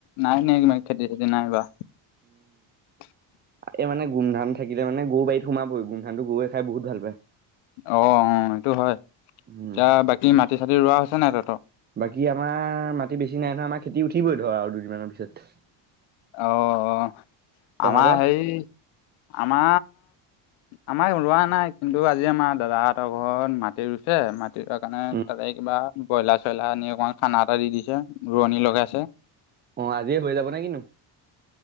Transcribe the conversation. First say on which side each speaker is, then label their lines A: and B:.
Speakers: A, on the left; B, on the right.
A: নাই, নাই <unintelligible> খেতি-চেতি নাই বা <unintelligible>
B: এ, মানে গুমধান থাকিলে মানে গউ বাৰীত সোমাবই। গুমধানটো গওৱে খাই বহুত পায়।
A: অঁ, অঁ এটো হয়। এতিয়া
B: উম
A: বাকী মাটি-চাটি ৰোৱা হৈছে নাই তহঁতৰ?
B: বাকী আমাৰ মাটি বেছি নাই নহয়। আমাৰ খেতি উঠিবই ধৰা, আউ দুদিনমানৰ পিছত।
A: অঁ, অঁ
B: তহঁতৰ
A: আমাৰ হেই, আমা আমাৰ ৰোৱা নাই। কিন্তু আজি আমাৰ দাদাহঁতৰ ঘৰত মাটি ৰুইছে, মাট <unintelligible> কাণে,
B: উম
A: তাতে কিবা ব্ৰইলাৰ-চইলাৰ আনি অকমান খানা এটা দি দিছে। ৰোৱনী লগাইছে।
B: অ', আজিয়ে হৈ যাব নে কি নু?